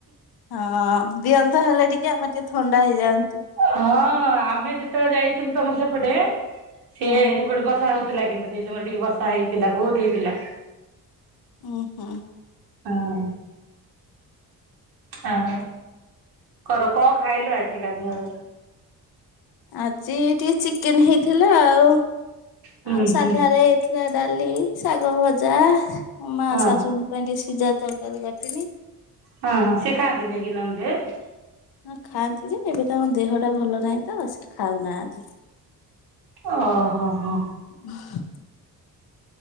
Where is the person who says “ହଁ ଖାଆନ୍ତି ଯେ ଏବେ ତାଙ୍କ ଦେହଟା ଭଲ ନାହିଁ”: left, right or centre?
Left